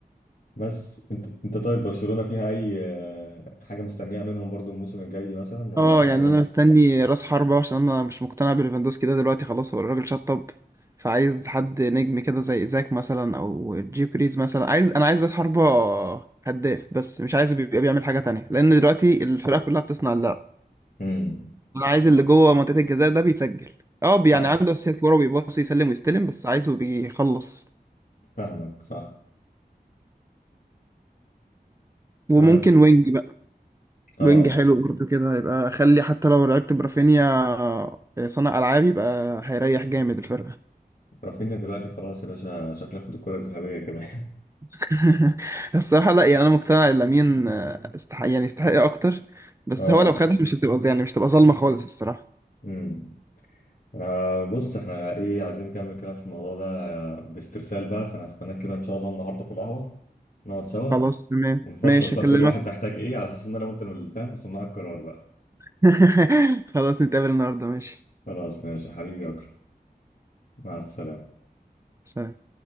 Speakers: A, on the left; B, on the right.
A: بس انت انت طيب برشلونه فيها اي آه، حاجه مستنيها منهم برضو الموسم الجاي مثلا ولا
B: اه
A: كده
B: يعني
A: خلاص
B: انا مستني راس حربة عشان انا مش مقتنع بليفاندوسكي ده دلوقتي خلاص هو الراجل شطب فعايز حد نجم كده زي ايزاك مثلا او جيو كريز مثلا عايز انا عايز راس حربة هداف بس مش عايزه بيبقى بيعمل حاجة تانية لان دلوقتي الفرقة كلها بتصنع اللعب
A: امم
B: انا عايز اللي جوه منطقة الجزاء ده بيسجل اه
A: صح
B: يعني عنده اساسيات كوره بيباصي يسلم ويستلم بس عايزه بيخلص
A: فاهمك صح
B: وممكن
A: تمام
B: وينج
A: اه
B: وينج حلو برضه كده يبقى اخلي حتى لو لعبت برافينيا آه، صانع العاب يبقى هيريح جامد الفرقه
A: رافينيا دلوقتي خلاص يا باشا شكله ياخد الكره الذهبيه كمان
B: <laughs> الصراحه لا يعني انا مقتنع ان لامين آه، استحق يعني يستحق اكتر
A: <laughs>
B: بس
A: اه
B: هو لو خدها مش هتبقى يعني مش هتبقى ظلمه خالص الصراحه
A: امم أنا بص احنا ايه عايزين نكمل كلام في الموضوع ده باسترسال بقى فانا هستناك كده ان شاء الله النهارده في القهوه نقعد سوا
B: خلاص تمام
A: ونفصص
B: ماشي
A: بقى
B: اكلمك
A: كل واحد محتاج ايه على اساس ان انا وانت اللي فاهم صناع القرار بقى
B: <laughs> خلاص نتقابل النهارده ماشي
A: خلاص ماشي يا حبيبي يا اكرم مع السلامه
B: سلام